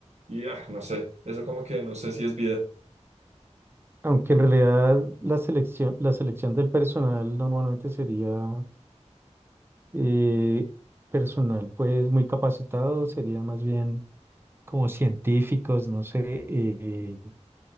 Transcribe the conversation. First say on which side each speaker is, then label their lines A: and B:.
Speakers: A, on the right; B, on the right.
A: Y ah, no sé, eso como que no sé si es vida.
B: Aunque en realidad la selección, la selección del personal normalmente sería eh, personal pues muy capacitado, sería más bien como científicos, no sé, eh,